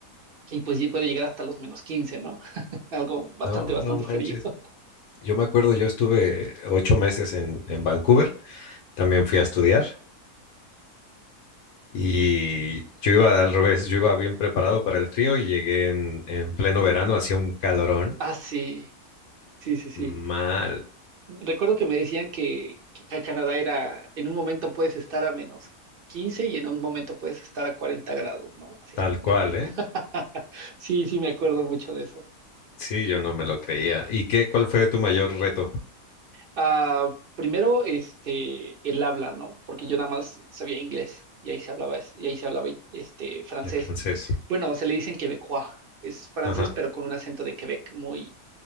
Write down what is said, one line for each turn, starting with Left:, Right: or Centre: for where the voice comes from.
Right: y pues ya puede llegar hasta los menos 15, ¿no? <laughs> Algo bastante,
Left: No,
Right: bastante
Left: no manches.
Right: frío. <laughs>
Left: Yo me acuerdo, yo estuve ocho meses en, en Vancouver, también fui a estudiar y yo iba al revés, yo iba bien preparado para el frío y llegué en, en pleno verano, hacía un calorón
Right: Ah, sí, sí, sí, sí.
Left: mal,
Right: Recuerdo que me decían que, que acá en Canadá era, en un momento puedes estar a menos 15 y en un momento puedes estar a 40 grados, ¿no? Así,
Left: tal
Right: dependiendo.
Left: cual, ¿eh?
Right: <laughs> Sí, sí, me acuerdo mucho de eso.
Left: Sí, yo no me lo creía. ¿Y qué, cuál fue tu mayor reto?
Right: Ah, primero, este, el habla, ¿no? Porque yo nada más sabía inglés y ahí se hablaba, es- y ahí se hablaba este, francés.
Left: El francés.
Right: Bueno, se le dicen quebecois, es francés,
Left: Ajá.
Right: pero con un acento de Quebec muy,